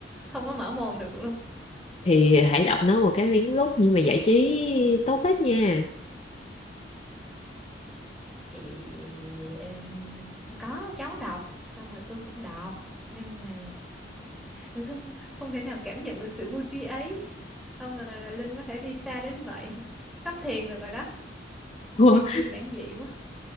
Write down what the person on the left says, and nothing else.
thì hãy đọc nó một cái lén lút nhưng mà giải trí tốt hết nha
Ủa,